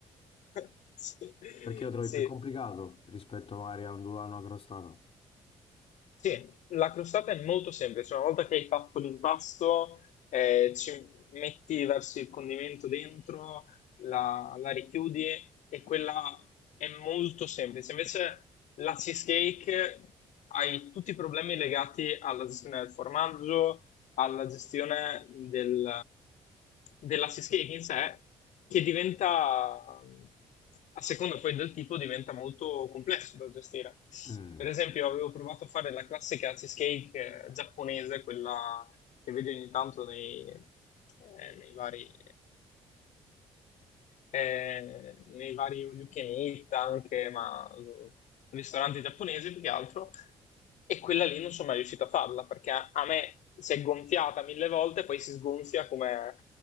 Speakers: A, on the left; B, on the left.
A: <laughs> sì,
B: Perché lo trovi
A: sì.
B: più complicato rispetto magari a un dulano accrostato?
A: Sì, la crostata è molto semplice, una volta che hai fatto l'impasto, eh, ci metti, versi il condimento dentro, la, la richiudi e quella è molto semplice. Invece la cheesecake hai tutti i problemi legati alla gestione del formaggio, alla gestione del, della cheesecake in sé che diventa, a seconda poi del tipo, diventa molto complesso da gestire.
B: Mm.
A: Per esempio, avevo provato a fare la classica cheesecake eh, giapponese, quella che vedi ogni tanto nei, eh, nei vari, eh, nei vari all you can eat anche, ma mm, ristoranti giapponesi più che altro, e quella lì non sono mai riuscito a farla, perché a, a me si è gonfiata mille volte, poi si sgonfia come